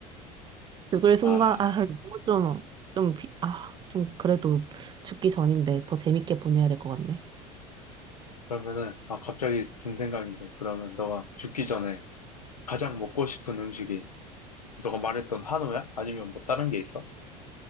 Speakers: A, on the right; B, on the left.
A: 그걸 순간,
B: 아.
A: 아, 너무 좀, 좀, 비- 아, 좀 그래도 죽기 전인데 더 재밌게 보내야 될 것 같네.
B: 그러면은, 아, 갑자기 든 생각인데, 그러면 너가 죽기 전에 가장 먹고 싶은 음식이 너가 말했던 한우야? 아니면 뭐 다른 게 있어?